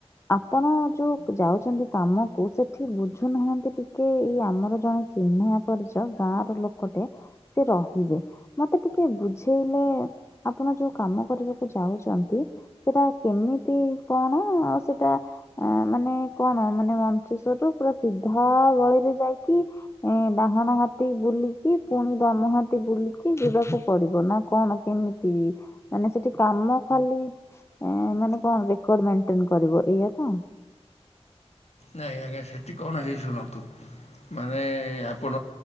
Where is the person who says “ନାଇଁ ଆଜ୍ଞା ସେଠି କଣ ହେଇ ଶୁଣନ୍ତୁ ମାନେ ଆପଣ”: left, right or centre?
Left